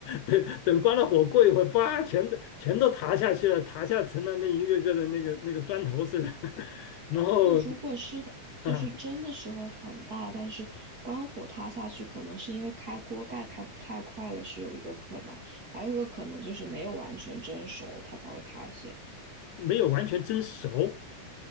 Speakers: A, on the left (about 75°); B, on the right (about 30°).
A: 等等，关了火过一会儿，叭，全都全都塌下去了，塌下成了那一个个的那个那个砖头似的。<laughs> 然后
B: 那如果是很就是蒸的时候很大，
A: 啊，
B: 但是关火塌下去，可能是因为开锅盖开的太快了，是有一个可能，还有一个可能就是没有完全蒸熟，它才会塌陷。
A: 没有完全蒸熟